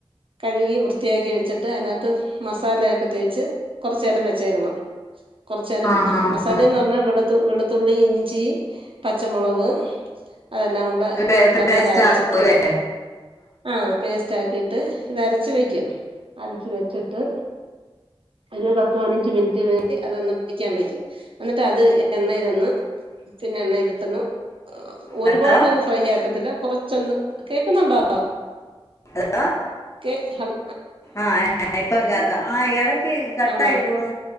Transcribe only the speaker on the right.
കഴുകി വൃത്തിയാക്കി വെച്ചിട്ട് അതിനത്ത് മസാലയൊക്കെ തേച്ച് കൊറച്ച് നേരം വെച്ചേക്കണം കൊറച്ച് നേരം
മസാലേന്ന് പറഞ്ഞാ വെള് ത്ത് വെളുത്തുള്ളി ഇഞ്ചി പച്ചമുളവ് അതെല്ലാം കൂടെ
നല്ലപോലെ
അരച്ചിട്ട്
ആ പേസ്റ്റാക്കിട്ട് ഇതരച്ച് വെയ്ക്കും അരച്ചു വെച്ചിട്ട് ഒരു പത്ത് പതിനഞ്ച് മിനിറ്റ് <unintelligible> അതൊന്ന് പിടിക്കാൻ വെക്കും എന്നിട്ട് അത് എണ്ണേലൊന്ന് പിന്നെ എണ്ണേലിട്ടൊന്ന്
ഒരുപാടങ്ങ് ഫ്രൈ ആക്കത്തില്ല കൊറ ചെന്ന് കേക്കുന്നുണ്ടോ
കേ ഹല
ആണോ